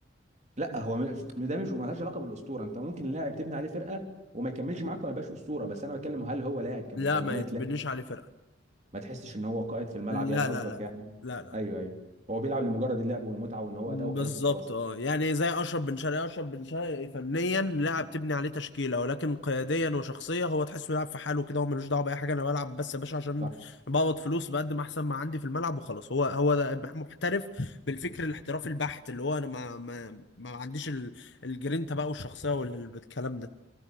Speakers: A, on the right; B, on the left.
A: لا هو م- ده مش مالهاش علاقه بالاسطوره انت ممكن لاعب تبني عليه فرقه وما يكملش معاك وما يبقاش اسطوره بس انا بتكلم هل هو لاعب كمقومات
B: لا ما يتبنيش
A: لا
B: عليه فرقه
A: ما تحسش ان هو قائد في الملعب
B: لا
A: يعني قصدك
B: لا لا لا
A: يعني
B: لا لا
A: ايوه ايوه هو بيلعب لمجرد اللعب والمتعه وان هو
B: بالظبط
A: اداؤه كويس وخلاص
B: اه يعني زي اشرف بن شرقي اشرف بن شرقي فنيا لاعب تبني عليه تشكيله ولكن قياديا وشخصيه هو تحسه يلعب في حاله كده هو ملوش دعوه باي حاجه انا بلعب بس يا باشا عشان
A: صح
B: بقبض فلوس بقدم احسن ما عندي في الملعب وخلاص هو هو ده محترف بالفكر الاحترافي البحت اللي هو انا ما ما ما عنديش ال- الجرينتا بقى والشخصيه والكلام ده